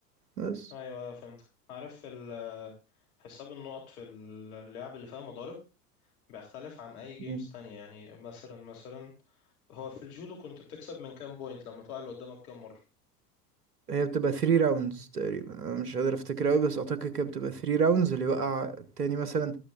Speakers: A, on the right (about 75°); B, on the left (about 65°).
A: بس
B: ايوه ايوه فهمت عارف ال حساب النقط في اللعب اللي فيها مضارب بيختلف عن اي جيمز
A: مم.
B: تانية يعني مثلا مثلا هو في الجودو كنت بتكسب من كام بوينت لما تقع اللي قدامك كام مرة
A: هي بتبقى 3 راوندز تقريبا أنا مش قادر أفتكر أوي بس أعتقد كده بتبقى 3 راوندز اللي يوقع التاني مثلا